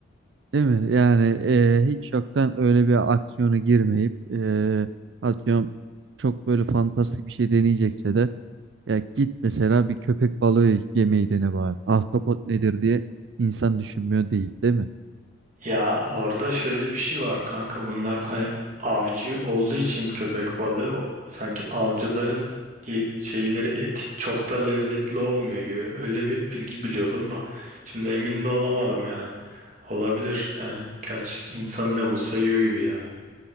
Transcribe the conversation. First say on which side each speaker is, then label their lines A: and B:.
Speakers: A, on the right; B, on the right.
A: Değil mi? Yani e, hiç yoktan öyle bir aksiyona girmeyip e, atıyorum çok böyle fantastik bir şey deneyecekse de Ya git mesela bir köpek balığı yemeği dene bari. Ahtapot nedir diye insan düşünmüyor değil, değil mi?
B: Ya orada şöyle bir şey var kanka bunlar hani avcı olduğu için köpek balığı o, sanki avcıların di- şeyleri eti çok da lezzetli olmuyor gibi öyle bir bilgi biliyordum da şimdi emin de olamadım yani olabilir yani gerçi insan ne bulsa yiyor gibi ya